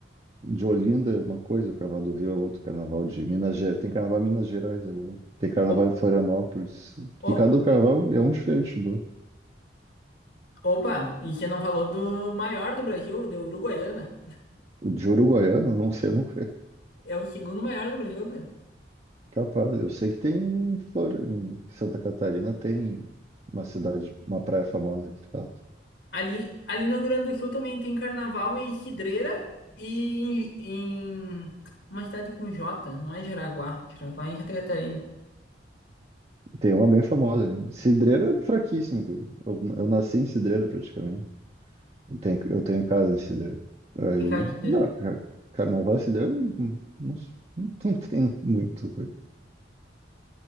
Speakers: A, on the right; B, on the left.
A: de Olinda é uma coisa, o carnaval do Rio é outro, o carnaval de Minas Gerais. Tem carnaval em Minas Gerais agora. Tem carnaval
B: Ô,
A: em Florianópolis, que
B: ô,
A: cada carnaval é um diferente do outro.
B: Opa, e você não falou do maior do Brasil, do Uruguaiana.
A: O de Uruguaiana, não sei, eu não
B: É o segundo maior do Brasil, cara.
A: Capaz, eu sei que tem em, Flor... em Santa Catarina tem uma cidade, uma praia famosa que faz.
B: Ali, ali no Rio Grande do Sul também tem carnaval em Cidreira e em, em uma cidade com J, não é Jaraguá. Jaraguá é em Santa Catarina.
A: Tem uma bem famosa, né? Cidreira é fraquíssimo. cara. Eu, eu nasci em Cidreira praticamente. Eu tenho, eu tenho casa em Cidreira. Aí,
B: Em cá, Cidreira.
A: não, car- carnaval em Cidreira não, não, <laughs> não tem muito coisa.